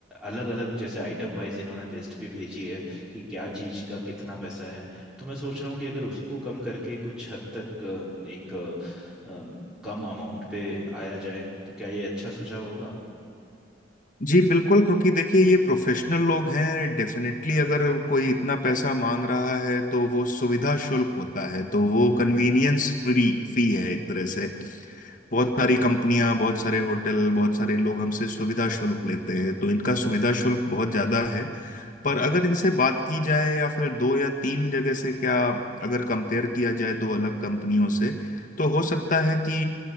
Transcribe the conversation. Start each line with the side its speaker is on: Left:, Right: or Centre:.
Centre: अलग अलग जैसे आइटम वाइज इन्होंने लिस्ट भी भेजी है कि क्या चीज़ का कितना पैसा है तो मैं सोच रहा हूँ कि अगर उसको कम करके कुछ हद तक अ, एक अ, अम, कम अमाउंट पे आया जाए तो क्या ये अच्छा सुझाव होगा
Left: जी बिल्कुल क्योंकि देखिए ये प्रोफेशनल लोग हैं डेफिनेटली अगर कोई इतना पैसा मांग रहा है तो वो सुविधा शुल्क होता है तो वो कन्वीनियंस फ्री फी है एक तरह से बहुत सारी कंपनियां बहुत सारे होटल बहुत सारे लोग हमसे सुविधा शुल्क लेते हैं तो इनका सुविधा शुल्क बहुत ज्यादा है पर अगर इनसे बात की जाए या फिर दो या तीन जगह से क्या अगर कंपेयर किया जाए दो अलग कंपनियों से तो हो सकता है कि